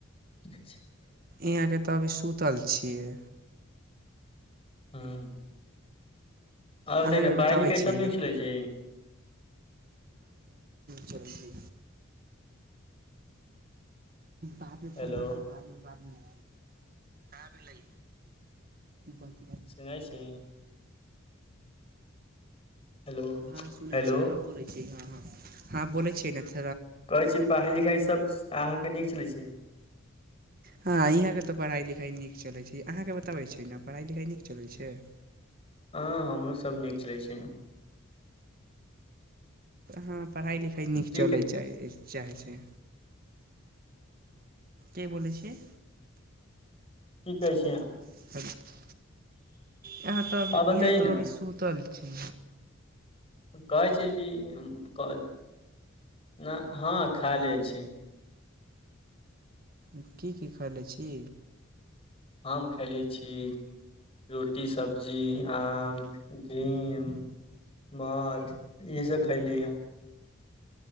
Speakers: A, on the left; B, on the right.
A: <unintelligible>
B: इहाँ के ते अभी सुतल छियै।
A: ह्म्म। और बताई
B: अहाँके
A: ने पढ़ाई-लिखाई
B: बताबै छियै
A: सब नीक
B: ने
A: चलै छी।
B: चलु बाद मे
A: हेलो
B: फोन करै छी बाद मे, बाद मे। का भेले ब
A: सुनै छी। हेलो
B: हाँ सुनै
A: हेलो
B: छी, अब बोलै छी हाँ। हाँ-हाँ बोैलै छियै ने त
A: कहै छी पढ़ाई-लिखाई सब अहाँके नीक चलै छै।
B: हाँ इहाँ के तऽ पढ़ाई-लिखाई नीक चलै छी, अहाँके बताबै छी ना पढ़ाई-लिखाई नीक चलै छै।
A: हाँ हमरो सब नीक चलै छै।
B: हाँ पढ़ाई-लिख ई नीक
A: की
B: चलै
A: की
B: चाए चाहै छै। के बोलै छी।
A: की कहै छ
B: <unintelligible> यहाँ तो अभी
A: आ बतै
B: इहाँ तो
A: ने
B: अभी सुतल छै।
A: कहै छै कि उम्म क ना हाँ खा लेल छी।
B: ऊं की-की खायलै छी।
A: हम खेएलै छी रोटी, सब्जी, आम, घीम, मौध इहे सब खेएली हय।